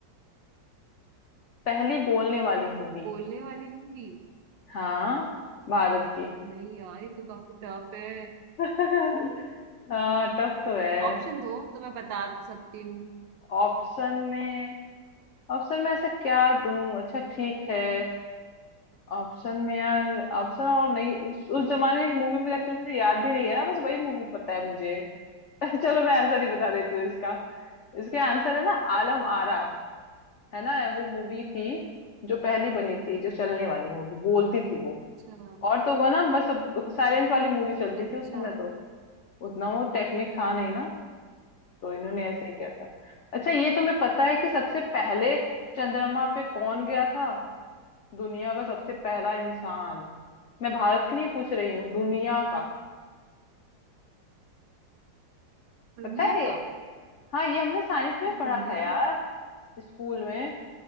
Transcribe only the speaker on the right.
बोलने वाली मूवी
नहीं यार ये तो काफी टफ है
ऑप्शन दो तो मैं बता सकती हूँ
अच्छा
अच्छा
हाँ,
हाँ।
दुनिया
का
ये
दुनिया
का